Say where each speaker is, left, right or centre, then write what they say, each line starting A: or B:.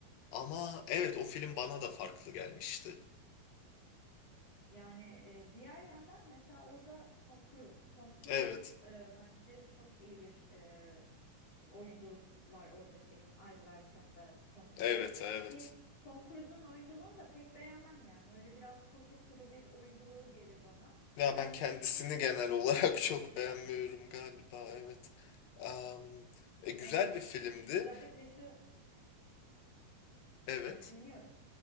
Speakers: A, on the left (about 75°); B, on the left (about 45°).
A: Ama evet o film bana da farklı gelmişti.
B: Yani e, diğer yandan mesela orada Tom Cruise. Tom Cruise
A: Evet,
B: e, bence çok iyi bir e, oyunculuk var orada şeyin Eyes Wide Shut'ta Tom
A: evet,
B: Cruise'un
A: evet.
B: ki Tom Cruise'un oyunculuğunu da pek beğenmem yani. Öyle biraz kuru kuru bir oyunculuğu gelir bana.
A: Ya
B: Bence
A: ben kendisini
B: en iyi filmlerden
A: genel olarak
B: bir
A: <laughs> çok
B: tanesi.
A: beğenmiyorum galiba, evet. Am, e, güzel
B: Evet.
A: bir filmdi,
B: Özellikle şu
A: evet.
B: e, dinliyorum.